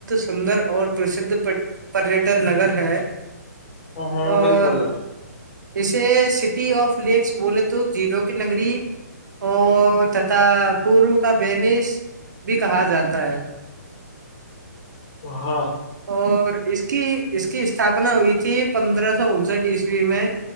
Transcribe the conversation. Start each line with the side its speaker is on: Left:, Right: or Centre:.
Right: سندر اور پرسدھ پریٹن نگر ہے
Left: ہاں
Right: اور
Left: بالکل
Right: اسے سٹی آف لیکس بولے تو جلو کی نگری او تتا پوروروک بینس بھی کہا جاتا ہے
Left: ہاں
Right: اور اس کی اس کی استھاپنا ہوئی تھی پندرہ سو انسٹھ عسوی میں